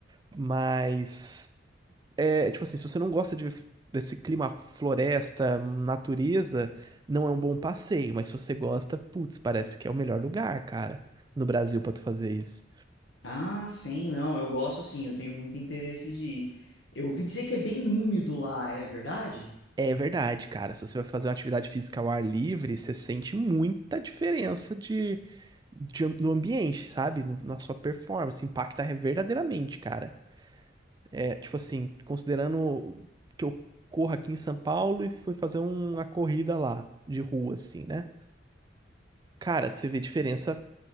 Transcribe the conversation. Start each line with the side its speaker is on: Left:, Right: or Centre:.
Right: mas é, tipo assim, se você não gosta de, desse clima floresta, natureza, não é um bom passeio, mas se você gosta, putz, parece que é o melhor lugar, cara, no Brasil pra tu fazer isso.
Left: Ah, sim, não, eu gosto sim, eu tenho muito interesse de ir. Eu ouvi dizer que é bem úmido lá, é verdade?
Right: É verdade, cara. Se você vai fazer uma atividade física ao ar livre, você sente muita diferença de, de am- no ambiente, sabe? No- na sua performance, impacta verdadeiramente, cara. É, tipo assim, considerando que eu corro aqui em São Paulo e fui fazer uma corrida lá de rua, assim, né? Cara, você vê diferença